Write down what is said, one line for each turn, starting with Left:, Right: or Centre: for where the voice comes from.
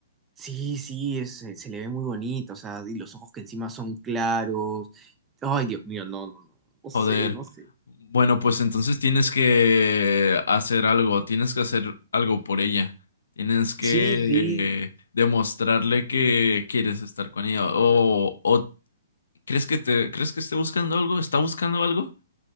Right: Sí, sí, es- se se le ve muy bonito, o sea, y los ojos que encima son claros. Ay, Dios mío, no, no, no, no sé,
Left: Joder.
Right: no sé.
Left: Bueno, pues entonces tienes que hacer algo, tienes que hacer algo por ella. Tienes que
Right: Sí, sí,
Left: demostrarle que quieres estar con ella. O, o ¿crees que te, crees que esté buscando algo? ¿Está buscando algo?